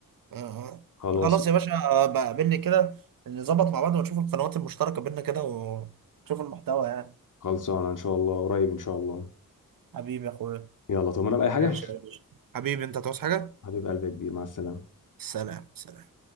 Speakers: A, on the right (about 65°); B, on the left (about 60°).
A: اه
B: خلاص
A: خلاص يا باشا بقابلني كده نظبط مع بعض ونشوف القنوات المشتركة بينا كده ونشوف المحتوى يعني
B: خلصانه ان شاء الله قريب ان شاء الله
A: حبيبي يا اخويا
B: يلا طب انا بقى اي حاجه
A: ماشي يا باشا حبيبي انت تعوز حاجة؟
B: حبيب قلبي يا كبير مع السلامه
A: سلام سلام